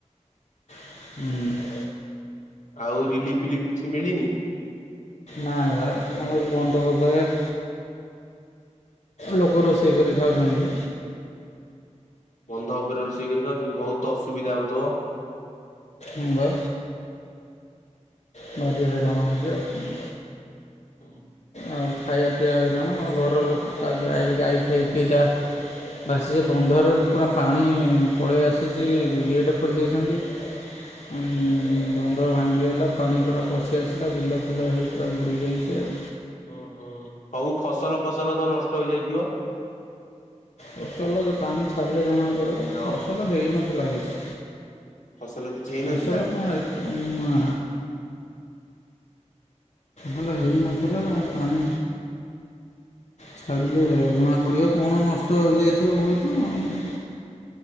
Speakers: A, on the left (about 65°); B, on the left (about 85°).
A: ହୁଁ
B: ଆଉ ରିଲିଫି ଫିଲିଫି କିଛି ମିଳିନି?
A: ନାଇଁ ଆମର ବନ୍ଧ ହବରେ <inaudible> ଲୋକ ରୋଷେଇ କରି ଖାଉଛନ୍ତି।
B: ବନ୍ଧ ଉପରେ ରୋଷେଇ କରି ଖାଉଛନ୍ତି ବହୁତ ଅସୁବିଧା ହଉଥିବ।
A: ନବା ଭାରି ହଇରାଣ ହେଉଛେ ଆଉ।
B: ହୁଁ
A: ଆଉ ଖାଇବା ପିଇବା ହଇରାଣ ଘର ଲୋକଙ୍କ ଗାଈ ଫାଇ କେଟା। ବାସ ସେ ବନ୍ଧର ପୁରା ପାଣି ପଳେଇ ଆସିଛି ଗେଟ୍ ଖୋଲି ଦେଇେଇଛନ୍ତି। ଉଁ ବନ୍ଧ ଭାଙ୍ଗଗଲା। ପାଣି ପୁରା ପଶି ଆସିଲା ବିଲ ଫିଲ ହେଇ ପୁରା ବୁଡ଼ିଯାଇଛି ଆଉ।
B: ଓ ହଁ ହଉ ଫସଲ ଫସଲ ତ ନଷ୍ଟ ହେଇଯାଇଥିବ?
A: ଫସଲ ତ ତାମେ ଛଡ଼ିଲେ ଜଣା ପଡିବ
B: ହ୍ୟାଲୋ
A: ଫସଲ ହେଇନଥିଲା କିଛି।
B: ଫସଲ କିଛି ହେଇନଥିଲା
A: ଫସଲ କ ଉ ମା ଭଲ ହେଇ ନଥିଲା ପାଣି। ଛାଡ଼ିଲେ ଜଣା ପଡିବ କଣ ନଷ୍ଟ ହେଇଯାଇଥିବ ବହୁତୁ।